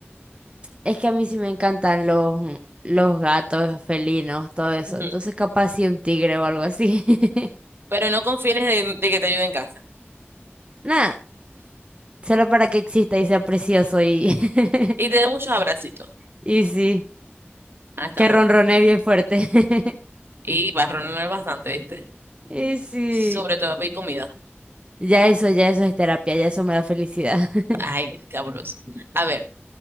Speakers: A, on the right; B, on the right.
A: es que a mí sí me encantan los, los gatos, felinos, todo eso.
B: Ujú.
A: Entonces capaz sí un tigre o algo así. <laughs>
B: Pero no confines de, de que te ayude en casa.
A: Nada, solo para que exista y sea precioso y, <laughs>
B: Y te dé muchos abracitos.
A: y sí,
B: Ah, está
A: que
B: muy
A: ronronee
B: bien.
A: bien fuerte. <laughs>
B: Y barrón no es bastante, ¿viste?
A: Y sí,
B: Sobre todo pedir comida.
A: ya eso, ya eso es terapia, ya eso me da felicidad. <laughs>
B: Ay, qué sabroso. A ver.